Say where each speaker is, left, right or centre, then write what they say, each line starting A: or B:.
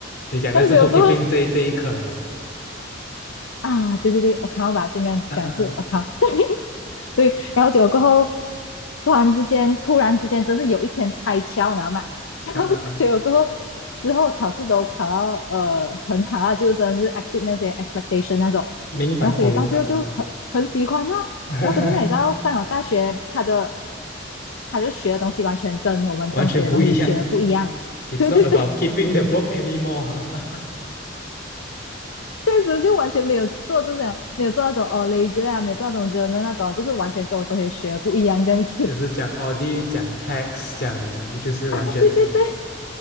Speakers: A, on the left; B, on the left.
A: 你讲的是
B: 然后结果
A: bookkeeping 这这一科吗？
B: 啊，对对对，account 吧，应该讲是
A: 嗯嗯嗯
B: account。对，然后结果过后，突然之间，突然之间，真是有一天开窍，你知道吗？然后结果过后，
A: 嗯嗯嗯，
B: 之后考试都考到呃很好啊，就真的是 exceed 那些 expectation 那种。
A: 明白，
B: 然后所以到最后就很很喜欢哦。
A: 我明白，<laughs>
B: 然后可是你知道，上了大学，他的他就学的东西完全跟我们中学的东西学的不一样。
A: 完全不一样。It's
B: 对对对，
A: not about keeping the book anymore，
B: 确实就完全没有做这种，没有做那种呃 ledger 啊，没有做那种 j o 那种啊就是完全跟我中学学不一样这样子
A: <laughs> 就是讲 audit，讲 tax，讲就是完全是
B: <laughs> 啊。对对对，